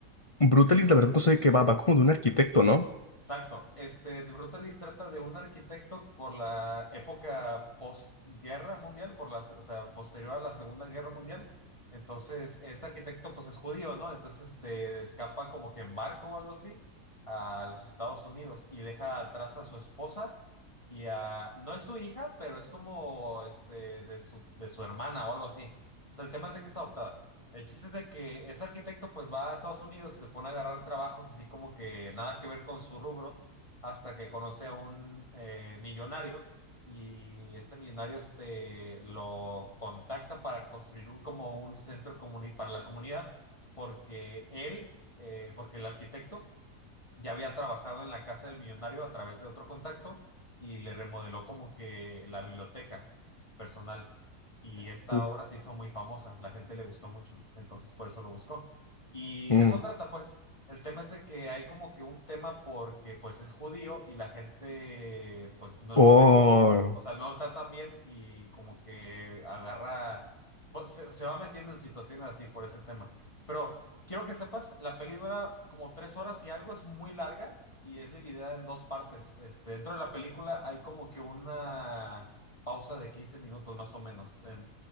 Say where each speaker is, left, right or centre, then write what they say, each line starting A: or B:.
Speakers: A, on the left; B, on the left.
A: Brutalis, la verdad, no sé de qué va. Va como de un arquitecto, ¿no?
B: Exacto. Este, The Brutalist trata de un arquitecto por la época postguerra mundial, por la, o sea, posterior a la Segunda Guerra Mundial. Entonces, este arquitecto pues es judío, ¿no? Entonces, este, escapa como que en barco o algo así a los Estados Unidos y deja atrás a su esposa y a, no es su hija, pero es como, este, de su, de su hermana o algo así. O sea, el tema es de que es adoptada. El chiste es de que ese arquitecto pues va a Estados Unidos y se pone a agarrar trabajos así como que nada que ver con su rubro hasta que conoce a un eh, millonario y este millonario este, lo contacta para construir un- como un centro comuni- para la comunidad porque él, eh, porque el arquitecto ya había trabajado en la casa del millonario a través de otro contacto y le remodeló como que la biblioteca personal. Y esta
A: Mm.
B: obra se hizo muy famosa, la gente le gustó mucho, entonces por eso lo buscó. Y
A: Mm.
B: de eso trata, pues. El tema es de que hay como que un tema porque pues es judío y la gente pues no
A: Oh.
B: lo ve como, o sea, no lo tratan bien y como que agarra, pues, se, se va metiendo en situaciones así por ese tema. Pero Quiero que sepas, la peli dura como tres horas y algo, es muy larga y es dividida en dos partes. Este, dentro de la película hay como que una pausa de 15 minutos más o menos. en-